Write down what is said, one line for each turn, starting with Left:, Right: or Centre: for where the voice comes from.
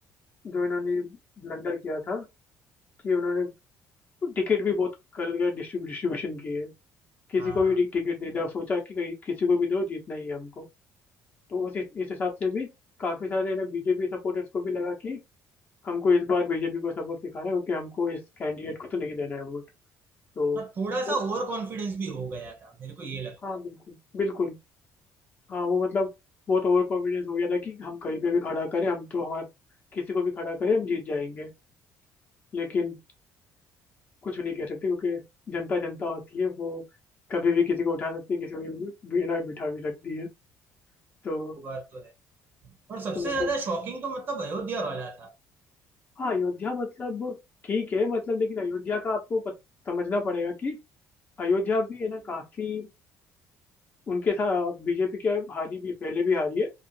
Left: जो इन्होंने ब्लंडर किया था कि उन्होंने टिकट भी बहुत गलत डिस्ट्रीब्यूशन की है किसी
Right: हाँ
Left: को भी टिकट दे दिया सोचा कि कहीं किसी को भी दो जीतना ही है हमको तो उस इस हिसाब से भी काफी सारे ना बीजेपी सपोर्टर्स को भी लगा कि हमको इस बार बीजेपी को सबक सिखाना है क्योंकि हमको इस कैंडिडेट को तो नहीं देना है वोट तो
Right: हाँ, थोड़ा सा
Left: वो,
Right: ओवर कॉन्फिडेंस भी हो गया था मेरे को ये लगता
Left: हाँ
Right: है
Left: बिल्कुल बिल्कुल हाँ वो मतलब बहुत ओवर कॉन्फिडेंस हो गया था कि हम कहीं पे भी खड़ा करें हम तो हमारा किसी को भी खड़ा करें हम जीत जाएंगे लेकिन कुछ नहीं कह सकते क्योंकि जनता जनता होती है वो कभी भी किसी को उठा सकती है किसी को भी बिना बिठा भी सकती है तो
Right: वो बात तो है और सबसे
Left: तो मेरे
Right: ज्यादा
Left: को
Right: शॉकिंग तो मतलब अयोध्या वाला था
Left: हाँ अयोध्या मतलब ठीक है मतलब लेकिन अयोध्या का आपको पत, समझना पड़ेगा कि अयोध्या भी है ना काफी उनके साथ बीजेपी के हारी भी पहले भी हारी है